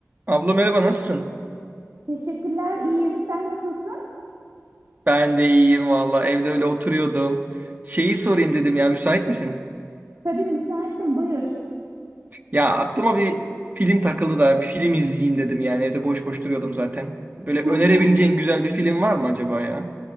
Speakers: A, on the right (about 35°); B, on the right (about 65°).
A: Abla merhaba nasılsın?
B: Teşekkürler, iyiyim. Sen nasılsın?
A: Ben de iyiyim valla evde öyle oturuyordum. Şeyi sorayım dedim ya müsait misin?
B: Tabii müsaitim, buyur.
A: Ya aklıma bir film takıldı da bir film izleyeyim dedim yani evde boş boş duruyordum zaten. Böyle
B: Hı
A: önerebileceğin
B: hı.
A: güzel bir film var mı acaba ya?